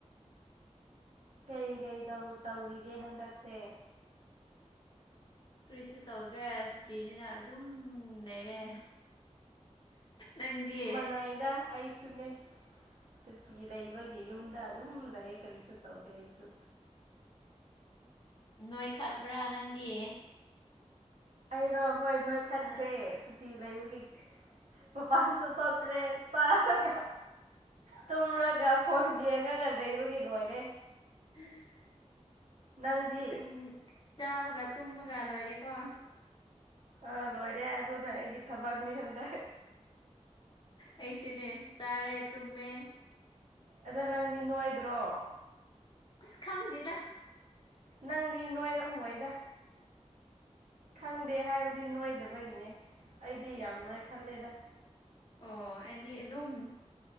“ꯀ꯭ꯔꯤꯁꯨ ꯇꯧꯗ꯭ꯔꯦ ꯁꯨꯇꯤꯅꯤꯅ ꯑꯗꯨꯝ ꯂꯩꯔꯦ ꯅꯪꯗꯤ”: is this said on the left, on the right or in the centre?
Left